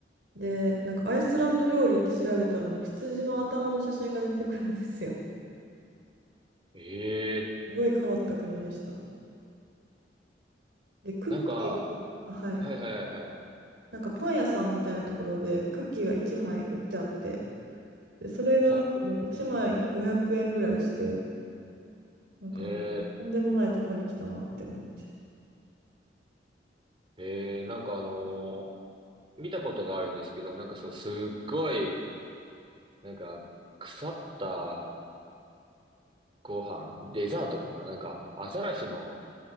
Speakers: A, on the right; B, on the right.
A: で、なんかアイスランド料理って調べたらもう羊の頭の写真が出てくるんですよ。
B: い。ええ、
A: すごい変わった国でした。で、クッキーが、
B: なんか、
A: はい。
B: はいはいはいはい。
A: なんかパン屋さんみたいなところでクッキーが1枚売ってあって、で、それがなんかもう1枚500円ぐらいして、
B: はい。
A: なんかもうとんでもないとこに来たなって思って。
B: ええ、ええ、なんかあのー見たことがあるんですけど、なんかそう、すっごい、なんか、腐ったご飯、デザートかななんか、アザラシの